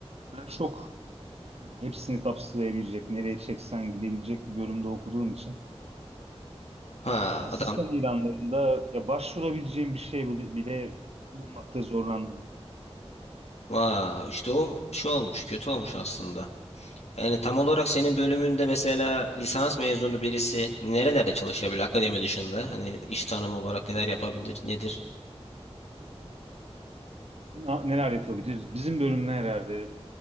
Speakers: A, on the right (about 70°); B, on the left (about 75°).
A: Ben çok yani hepsini kapsayabilecek, nereye çeksen gidebilecek bir bölümde okuduğum için
B: Ha
A: Asistan
B: adam.
A: ilanlarında ya başvurabileceğim bir şey bile, bile bulmakta zorlandım. diyeyim.
B: Vaa işte o şey olmuş kötü olmuş aslında. Yani tam olarak senin bölümünde mesela lisans mezunu birisi nerelerde çalışabilir akademi dışında? Hani iş tanımı olarak neler yapabilir, nedir?
A: Na- Neler yapabilir? Bizim bölüm herhalde